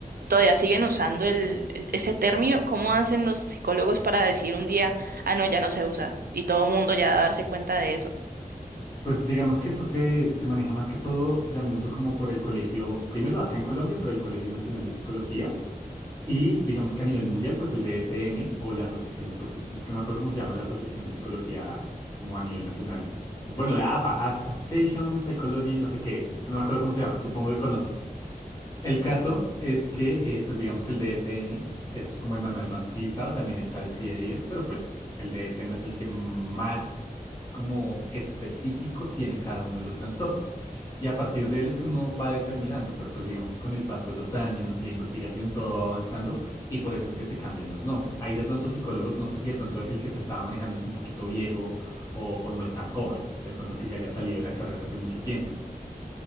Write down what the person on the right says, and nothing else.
todavía siguen usando el, el- ese término. ¿Cómo hacen los psicólogos para decir un día, ah, no, ya no se usa? Y todo el mundo ya darse cuenta de eso.